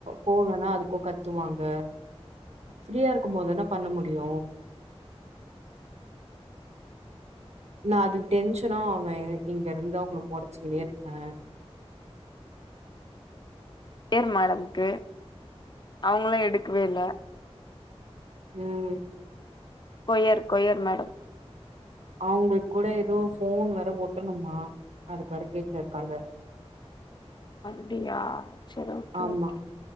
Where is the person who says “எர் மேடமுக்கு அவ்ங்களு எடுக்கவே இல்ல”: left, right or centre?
Left